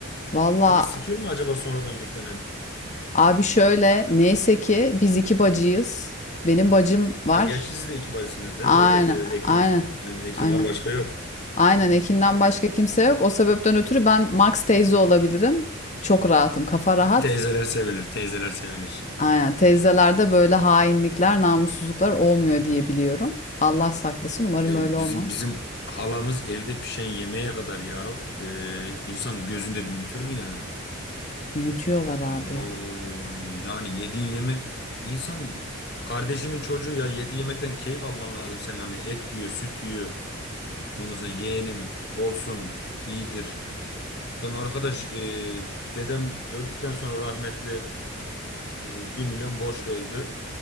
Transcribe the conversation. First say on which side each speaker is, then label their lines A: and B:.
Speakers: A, on the left; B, on the left.
A: Valla
B: Bu bir skill mi acaba sonradan yüklenen?
A: abi şöyle neyse ki biz iki bacıyız. Benim bacım var.
B: Ha gerçi siz de iki bacısınız değil
A: Aynen,
B: mi? Evet evet Ekin.
A: aynen,
B: Yani Ekin
A: aynen.
B: var başka yok.
A: Aynen Ekin'den başka kimse yok. O sebepten ötürü ben Max teyze olabilirim. Çok rahatım, kafa rahat.
B: Teyzeler sevilir, teyzeler sevilir.
A: Aynen teyzelerde böyle hainlikler, namussuzluklar olmuyor diye biliyorum. Allah saklasın umarım
B: Ya
A: öyle
B: bizim
A: olmam.
B: bizim halamız evde pişen yemeğe kadar ya e, insan gözünde büyütür mü ya?
A: Büyütüyorlar abi.
B: Abo yani yediğin yemek insan kardeşinin çocuğu ya yediği yemekten keyif alman lazım senin hani et yiyor, süt yiyor. Ondan sonra yeğenim olsun iyidir. Lan arkadaş e, dedem öldükten sonra rahmetli e, 1 milyon borçlu öldü.